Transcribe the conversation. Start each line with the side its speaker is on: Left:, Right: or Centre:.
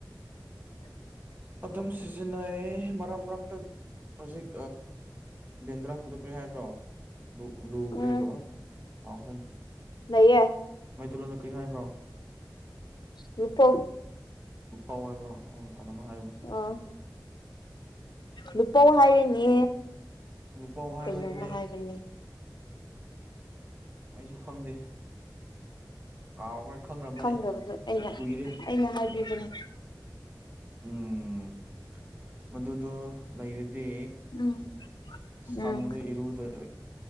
Left: <inaudible>
Right: ꯑꯗꯨꯝ ꯁꯤꯖꯤꯟꯅꯩ ꯃꯔꯝ <unintelligible> ꯍꯧꯖꯤꯛ ꯗꯦꯟꯗ꯭ꯔꯥ ꯑꯗꯨ ꯀꯔꯤ ꯍꯥꯏꯕ꯭ꯔꯣ ꯂꯨ ꯂꯨ
Left: ꯎꯝ
Right: ꯀꯔꯤꯕꯥ ꯀꯥꯎꯈꯔꯦꯅꯤ
Left: ꯂꯩꯌꯦ
Right: ꯃꯩꯇꯩꯂꯣꯟꯗ ꯀꯔꯤ ꯍꯥꯏꯕ꯭ꯔꯣ
Left: ꯂꯨꯄꯧ
Right: ꯂꯨꯐꯥꯎ ꯍꯥꯏꯕ꯭ꯔꯣ ꯑꯣ ꯀꯩꯅꯣꯝꯃꯥ ꯍꯥꯏꯕꯗꯣ
Left: ꯑ ꯂꯨꯄꯧ ꯍꯥꯏꯌꯦꯅꯦ
Right: ꯂꯨꯄꯧ ꯍꯥꯏꯕ꯭ꯔꯥ
Left: ꯀꯩꯅꯣꯝꯃ
Right: ꯑꯗꯨꯅꯦ
Left: ꯍꯥꯏꯕꯅꯤ <inaudible>
Right: ꯑꯩꯁꯨ ꯈꯪꯗꯦ ꯀꯥꯎꯈ꯭ꯔꯦ ꯈꯪꯔꯝꯕꯅꯦ
Left: ꯈꯪꯗꯕꯗ ꯑꯩꯅ
Right: ꯀꯨꯏꯔꯦ
Left: ꯑꯩꯅ ꯍꯥꯏꯕꯤꯕꯅꯦ
Right: ꯎꯝ ꯃꯗꯨꯗꯣ ꯂꯩꯔꯗꯤ
Left: ꯎꯝ
Right: ꯁꯝꯗ
Left: ꯎꯝ
Right: ꯏꯔꯨꯗ